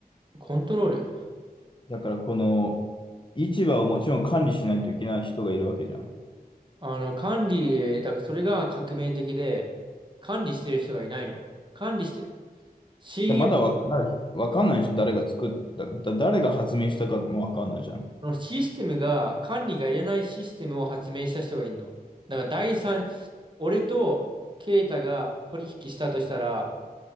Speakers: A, on the right; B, on the left.
A: コントロール。
B: だからこの市場をもちろん管理しないといけない人がいるわけじゃん。
A: あの、管理、だからそれが革命的で、管理してる人がいないの。管理して、信用、
B: でまだわかんない、わかんないでしょ。誰が作った、だ誰が発明したかもわかんないじゃん。
A: そのシステムが、管理がいらないシステムを発明した人がいるの。だから第三、俺とケイタが取引したとしたら、